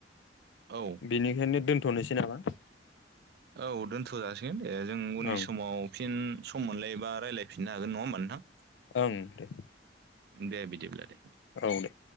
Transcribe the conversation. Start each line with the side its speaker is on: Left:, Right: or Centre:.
Right: औ।
Left: बेनिखायनो दोनथ'नोसै नामा?
Right: औ दोन्थ'जासिगोन दे जों उननि
Left: ओं
Right: समाव फिन सम मोनलायबा रायलायफिननो हागोन नङा होमबा नोंथां।
Left: ओं दे।
Right: दे बिदिब्ला दे
Left: औ दे।